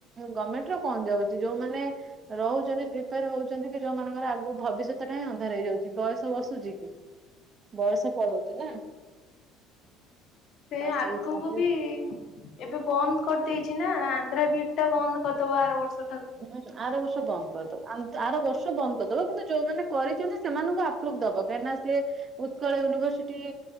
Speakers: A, on the right; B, on the left.
A: ଗଭର୍ଣମେଣ୍ଟ ର କଣ ଯାଉଛି? ଯୋଉମାନେ ରହୁଛନ୍ତି ପ୍ରିପେୟାର ହଉଛନ୍ତି କି ଯୋଉ ମାନଙ୍କର ଆଗକୁ ଭବିଷ୍ୟତ ଟା ହିଁ ଅନ୍ଧାର ହେଇଯାଉଛି। ବୟସ ବସୁଛି କି ବୟସ ପଳଉଛି ନା?
B: ସେ
A: ତ
B: ଆଗକୁ
A: ସେଇ ହିସାବରେ
B: ବି ଏବେ ବନ୍ଦ କରିଦେଇଛି ନା। ଆନ୍ଧ୍ରା ବିଇଡ ଟା ବନ୍ଦ କରିଦବ ଆର ବର୍ଷ ଠାରୁ।
A: ହଁ ଆର ବର୍ଷ ବନ୍ଦ କରିଦବ, ଆର ବର୍ଷ ବନ୍ଦ କରିଦବ, କିନ୍ତୁ ଯୋଉମାନେ କରିଛନ୍ତି ସେମାନଙ୍କୁ ଆ ଦବ କାଇଁ ନା ସିଏ ଉତ୍କଳ ୟୁନିଭରସିଟି